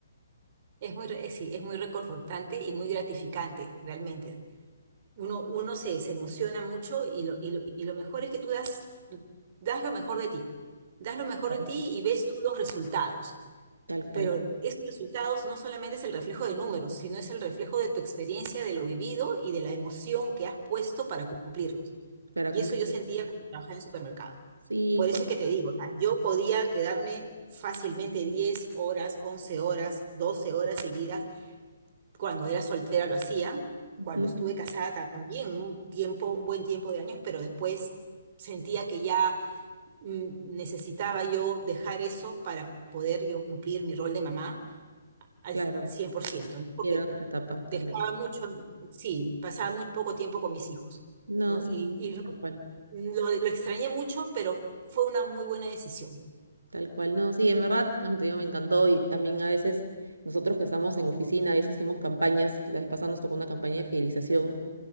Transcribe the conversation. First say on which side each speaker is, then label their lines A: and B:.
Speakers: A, on the right; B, on the right.
A: es muy, re- sí, es muy reconfortante y muy gratificante, realmente. Uno, uno se, se emociona mucho y lo, y lo, y lo mejor es que tú das, das lo mejor de ti. Das lo mejor
B: Vale.
A: de ti y ves tú los resultados.
B: tal cual,
A: Pero esos resultados no solamente es el reflejo de números, sino es el reflejo de tu experiencia, de lo vivido y de la emoción que has puesto para cumplirlos.
B: para
A: Y
B: cumplir.
A: eso yo sentía cuando trabajaba en supermercado.
B: Sí,
A: Por eso
B: con-
A: es que te digo, o sea, yo podía quedarme fácilmente 10 horas, 11 horas, 12 horas seguidas cuando era soltera lo hacía,
B: Ujú,
A: cuando estuve casada también, un tiempo, un buen tiempo de años, pero después sentía que ya mm, necesitaba yo dejar eso para poder yo cumplir mi rol de mamá al
B: claro,
A: 100%, ¿no? Porque
B: y era otra etapa
A: dejaba
B: también.
A: mucho, sí, pasaba muy poco tiempo con mis hijos,
B: No,
A: ¿no?
B: sí,
A: Y, y lo,
B: tal cual,
A: lo- lo extrañé mucho, pero fue una muy buena decisión.
B: tal cual. No, sí, en verdad, no, te digo, me encantó y también a veces nosotros que estamos en oficina, a veces hacemos campañas, la vez pasada nos tocó una campaña de fidelización